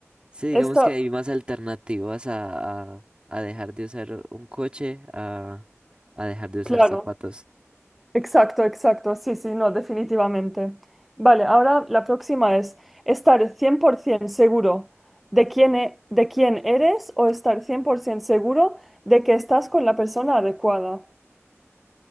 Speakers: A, on the right; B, in the centre.
A: Sí, digamos
B: Esta,
A: que hay más alternativas a, a, a dejar de usar un coche, a, a dejar de usar
B: claro.
A: zapatos.
B: Exacto, exacto, sí, sí, no, definitivamente. Vale, ahora la próxima es estar 100% seguro de quién, e- de quién eres o estar 100% seguro de que estás con la persona adecuada.